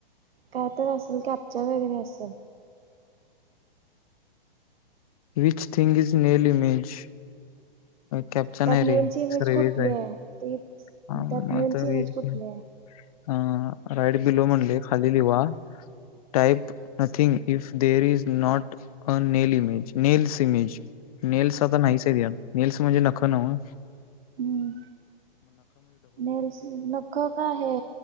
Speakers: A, on the right; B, on the left.
A: काय तो असेल कॅप्चर वगैरे असेल.
B: Which thing is nail image. Capture
A: त्यात
B: नाही आहे
A: नेलची इमेज कुठली
B: रे!
A: आहे ते
B: <unintelligible>
A: त्यात नेलची इमेज कुठली आहे
B: ह राईड बिलो म्हणली खालीली वा. Type nothing if there is not a nail image nails image. Nails आता नाहीच या नेल्स म्हणजे नख नव?
A: हम्म. नेल्स नख काय आहे